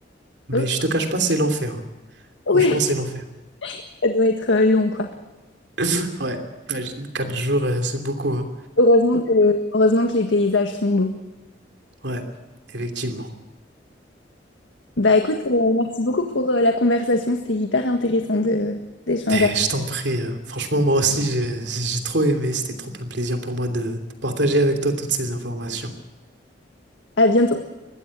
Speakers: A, on the right; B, on the left.
A: Mais
B: Ok.
A: je te cache pas, c'est l'enfer. hein.
B: Ouais,
A: Franchement, c'est l'enfer.
B: <laughs> ça doit être euh, long, quoi.
A: <laughs> Ouais, imagine, quatre jours, euh, c'est beaucoup. hein.
B: Heureusement que, heureusement que les paysages sont beaux.
A: Ouais, effectivement.
B: Bah écoute, euh, merci beaucoup pour euh, la conversation. C'était hyper intéressant de d'échanger.
A: Eh, je t'en prie. hein. Franchement, moi aussi, j'ai j'ai trop aimé. C'était trop un plaisir pour moi de de partager avec toi toutes ces informations.
B: À bientôt.